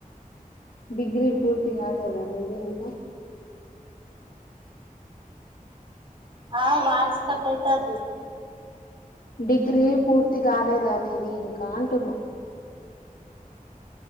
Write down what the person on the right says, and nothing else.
ఆ వయాస్ కట్టైతంది